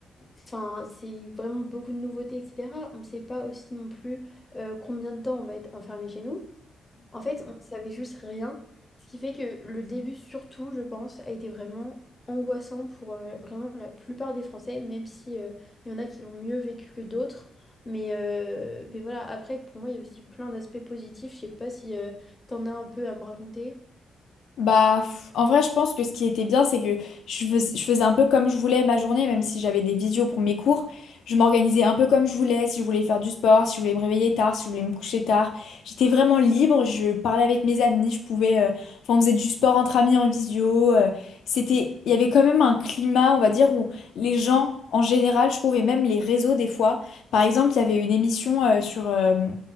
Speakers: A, on the left (about 15°); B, on the left (about 75°).
A: enfin, c'est vraiment beaucoup de nouveautés, etc. On ne sait pas aussi non plus euh, combien de temps on va être enfermé chez nous. En fait, on ne savait juste rien, ce qui fait que le début, surtout, je pense, a été vraiment angoissant pour euh, vraiment la plupart des Français, même si euh, il y en a qui l'ont mieux vécu que d'autres. Mais, euh, mais voilà, après, pour moi, il y a aussi plein d'aspects positifs. Je sais pas si tu t'en as un peu à me raconter.
B: Bah, f- en vrai, je pense que ce qui était bien, c'est que je fais- je faisais un peu comme je voulais ma journée, même si j'avais des visios pour mes cours. Je m'organisais un peu comme je voulais, si je voulais faire du sport, si je voulais me réveiller tard, si je voulais me coucher tard. J'étais vraiment libre, je parlais avec mes amis, je pouvais... euh, Enfin, on faisait du sport entre amis en visio. euh, C'était... Il y avait quand même un climat, on va dire, où les gens, en général, je trouve, et même les réseaux des fois. Par exemple, il y avait une émission euh, sur... euh,